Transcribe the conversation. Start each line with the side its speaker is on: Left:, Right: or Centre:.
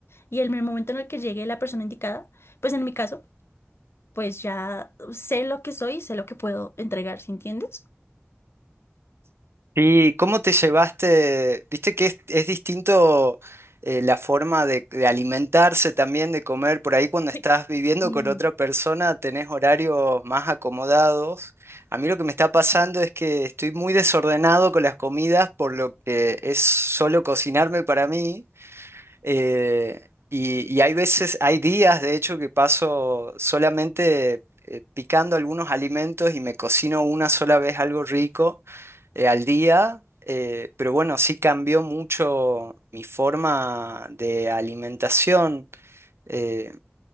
Left: Y en el momento en el que llegue la persona indicada, pues en mi caso, pues ya sé lo que soy, sé lo que puedo entregar, ¿sí entiendes?
Right: Sí, cómo te llevaste? Viste que es, es distinto eh, la forma de, de alimentarse también, de comer. Por ahí cuando estás
Left: <laughs>
Right: viviendo
Left: Sí.
Right: con otra persona tenés horarios más acomodados. A mí lo que me está pasando es que estoy muy desordenado con las comidas, por lo que es solo cocinarme para mí. Eh, y, y hay veces, hay días de hecho que paso solamente eh, picando algunos alimentos y me cocino una sola vez algo rico eh, al día. eh, pero bueno, sí cambió mucho mi forma de alimentación. Eh,